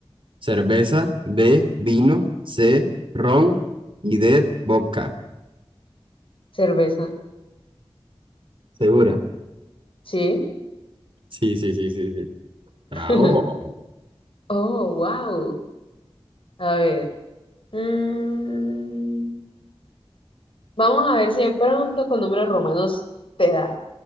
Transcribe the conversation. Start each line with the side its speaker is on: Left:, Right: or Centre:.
Right: cerveza, B, vino, C, ron y D, vodka.
Left: cerveza.
Right: ¿Segura?
Left: Sí.
Right: Sí, sí, sí, sí, sí. Bravo.
Left: <laughs> Oh, wow. A ver. mm, vamos a ver si de pronto con números romanos te da.